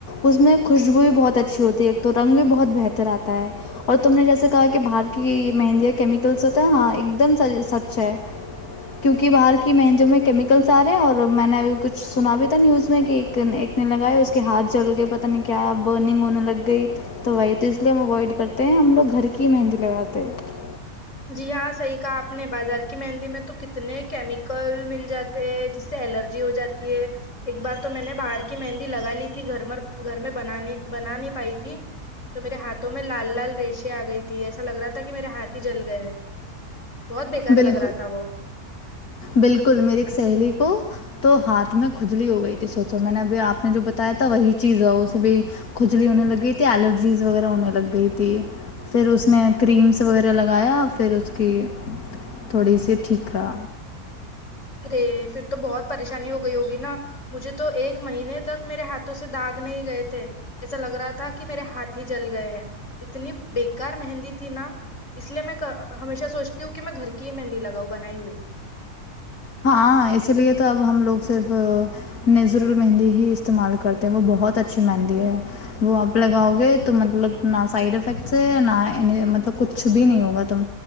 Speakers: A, on the left; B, on the left.
A: اس میں خوشبو بھی بہت اچھی ہوتی ہے ایک تو رنگ بھی بہت بہتر آتا ہے اور تم نے جیسے کہا کہ باہر کی مہندیا کیمیکلس ہوتا ہیں ہاں ایک دم سچ ہے کیونکہ باہر کی مہندیوں میں کیمیکلس آ رہے ہیں اور میں نے ابھی کچھ سنا بھی تھا نہیں اس میں کہ ایک ایک نے لگائے اس کے ہاتھ جل گئے پت نہیں کیا برننگ ہونے لگ گئی تو وہی تو اس لیے ہم اوائڈ کرتے ہیں ہم لوگ گھر کی ہی مہندی لگاتے ہیں
B: جی ہاں صحیح کہا آپ نے بازار کی مہندی میں تو کتنے کیمیکل مل جاتے ہیں جس سے الرجی ہو جاتی ہے ایک بار تو میں نے باہر کی مہندی لگا لی تھی گھر گھر میں بانی بنا نہیں پائی تھی تو میرے ہاتھوں میں لال لال ریشے آ گئی تھی ایسا ل رہا تھا کہ میرے ہاتھ ہی جل گیا گئے بہت بیکار
A: بالکل
B: لگ رہا تھا وہ
A: بالکل میری ایک سہیلی کو تو ہاتھ میں کھجلی ہو گئی تھی سوچو میں نے ابھی آپ نے جو بتایا تھا وہی چیز ہو اسے بھی کھجلی ہونے لگ گئی تھی الرجیز وغیرہ ہونے لگ گئی تھی پھر اس نے کریمس وغیرہ لگایا پھر اس کی تھوڑی سی ٹھیک کرا
B: ارے پھر تو بہت پریشانی ہو گئی ہوگی نا مجھے تو ایک مہینے تک میرے ہاتھوں سے داغ نہیں گئے تھے ایسا لگ رہا تھا کہ میرے ہاتھ ہی جل گئے ہیں اتنی بےیکار مہندی تھی نا اس لیے میں ہمیشہ سوچتی ہوں کہ میں گھر کی ہی مہندی لگاؤ بنائی ہوئی
A: ہاں اسی لیے تو اب ہم لوگ صرف نیزرل مہندی ہی استعمال کرتے ہیں وہ بہت اچھی مہندی ہے وہ اب لگاؤ گے تو مطلب نہ سائڈ افیکٹس ہے نہ ان مطلب کچھ بھی نہیں ہوگا تم